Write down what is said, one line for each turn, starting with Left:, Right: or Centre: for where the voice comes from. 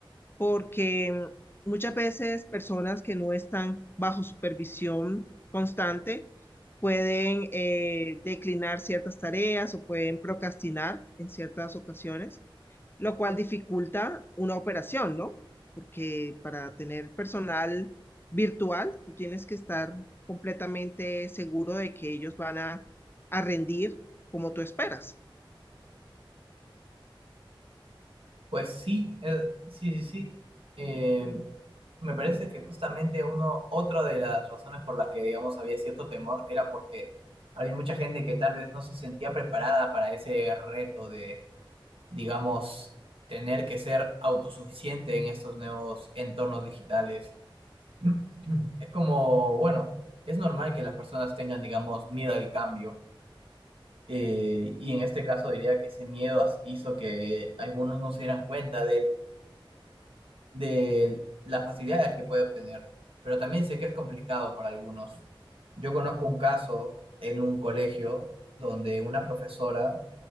Left: porque mm, muchas veces personas que no están bajo supervisión constante pueden eh, declinar ciertas tareas o pueden procrastinar en ciertas ocasiones, lo cual dificulta una operación, ¿no? Porque para tener personal virtual, tú tienes que estar completamente seguro de que ellos van a, a rendir como tú esperas.
Right: Pues sí, eh, sí, sí, sí. Eh, me parece que justamente uno, otra de las razones por las que, digamos, había cierto temor era porque había mucha gente que tal vez no se sentía preparada para ese reto de, digamos, tener que ser autosuficiente en estos nuevos entornos digitales. <clears throat> Es como, bueno, es normal que las personas tengan, digamos, miedo al cambio Eh, y en este caso diría que ese miedo as- hizo que algunos no se dieran cuenta del- de las facilidades que puede obtener. Pero también sé que es complicado para algunos. Yo conozco un caso en un colegio donde una profesora,